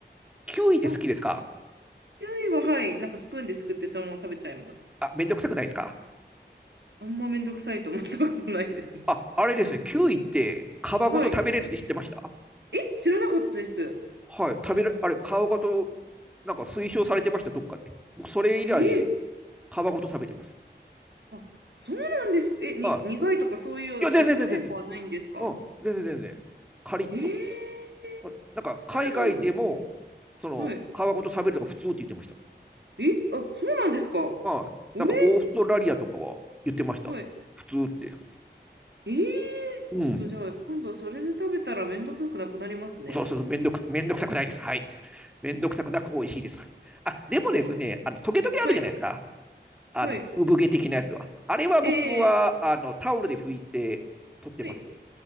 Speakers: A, in the centre; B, on the right.
A: キウイって好きですか
B: あ、キウイは、はい。なんかスプーンですくってそのまま食べちゃいます。
A: あ、めんどくさくないですか
B: あんまめんどくさいと思ったことないですね。
A: あ、あれですね、キウイって皮ごと食べれるって知ってました
B: はい。え、知らなかったです。
A: はい、食べる、あれ、皮ごと、なんか推奨されてました、どっかで。僕、それ以来、
B: えー
A: 皮ごと食べてます。
B: あ、そうなんですか。え、に、
A: あ、
B: 苦いとかそういう味の変化はないんですか
A: いや、全然、全然、全然、うん、全然全然、カリッと。
B: えー、
A: うん、なんか、
B: そうなんだ。
A: 海外でも、その、
B: はい。
A: 皮ごと食べるのが普通って言ってました。
B: え、あ、そうなんですか。
A: はい。
B: おえ、
A: なんか、オーストラリアとかは言ってました。
B: はい。
A: 普通って。
B: えー、
A: うん。
B: ちょっとじゃあ、今度それで食べたらめんどくさくなくなりますね。
A: そうそうそう、めんどく、めんどくさくないです。はい。めんどくさくなく美味しいです。あ、でもですね、あの、トゲトゲあるじゃないですか。
B: はい、
A: あの、
B: はい。
A: 産毛的なやつは。あれは僕は、
B: ええ
A: あの、タオルで拭いて取ってます。
B: はい。